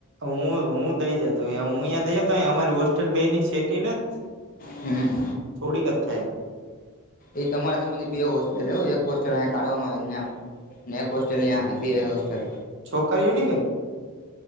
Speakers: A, on the right; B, on the left.
A: હું હું દઈ જાતો હું અંયા દઈ જાતો અમારી હોસ્ટેલ બે ની સેટ <inaudible>
B: હમ
A: થોડી ક થાએ
B: એ તમારા સંમાંધ બે હોસ્ટેલ એક હોસ્ટેલ અહીં કાઢવામાં આવે, ન એક હોસ્ટલ હ બે હોસ્ટલ
A: છોકરીઓની કે